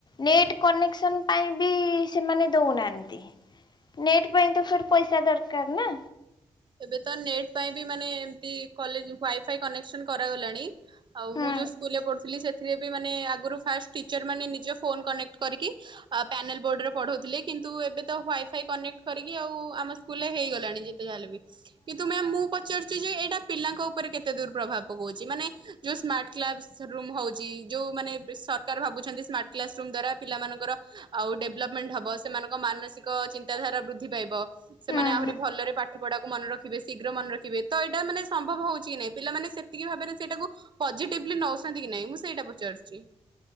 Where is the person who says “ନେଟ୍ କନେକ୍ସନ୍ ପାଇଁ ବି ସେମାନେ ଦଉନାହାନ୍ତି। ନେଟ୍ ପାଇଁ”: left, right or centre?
Left